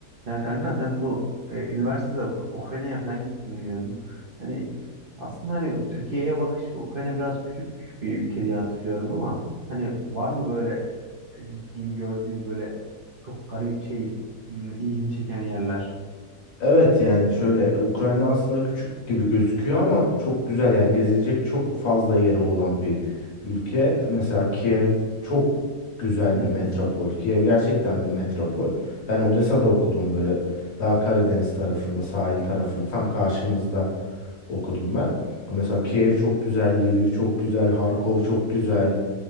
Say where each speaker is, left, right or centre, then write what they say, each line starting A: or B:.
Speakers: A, on the right; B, on the left.
A: Ya kanka sen bu e, üniversitede Uk- Ukrayna'ya falan gittim diyordun. Hani aslında hani Türkiye'ye bakış Ukrayna biraz küçük bir ülke diye hatırlıyorum ama hani var mı böyle e, gittiğin gördüğün böyle çok garip şey m, ilgini çeken yerler?
B: Evet yani şöyle e, Ukrayna aslında küçük gibi gözüküyor ama çok güzel yani gezilecek çok fazla yeri olan bir ülke. Mesela Kiev çok güzel
A: Hı
B: bir metropol.
A: hı.
B: Kiev gerçekten bir metropol. Ben Odessa'da okudum böyle daha Karadeniz tarafında, sahil tarafında tam karşımızda okudum ben. Ama Mesela Kiev çok güzel, Lviv çok güzel, Harkov çok güzel.